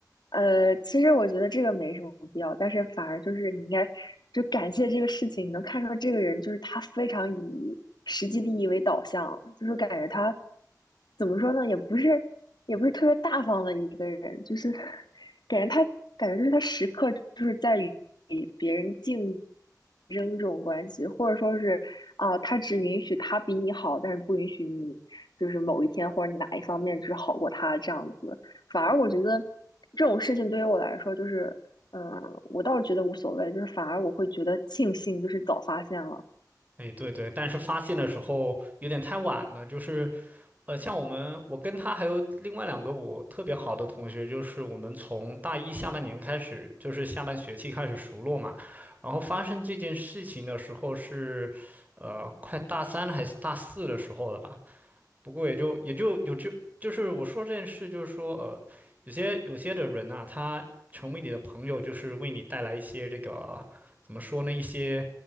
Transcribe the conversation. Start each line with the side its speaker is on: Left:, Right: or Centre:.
Left: 呃，其实我觉得这个没什么必要，但是反而就是你应该就感谢这个事情，你能看出来这个人就是他非常以实际利益为导向，就是感觉他怎么说呢，也不是也不是特别大方的一个人，就是 <laughs> 感觉他感觉就是他时刻就是在于。别人竞争这种关系，或者说是啊，他只允许他比你好，但是不允许你就是某一天或者哪一方面只好过他这样子。反而我觉得这种事情对于我来说，就是嗯，我倒是觉得无所谓，就是反而我会觉得庆幸，就是早发现了。
Right: 哎，对对，但是发现的时候有点太晚了，就是，呃，像我们，我跟他还有另外两个我特别好的同学，就是我们从大一下半年开始，就是下半学期开始熟络嘛，然后发生这件事情的时候是，呃，快大三还是大四的时候了吧？不过也就也就有就就是我说这件事，就是说呃，有些有些的人啊，他成为你的朋友，就是为你带来一些这个怎么说呢，一些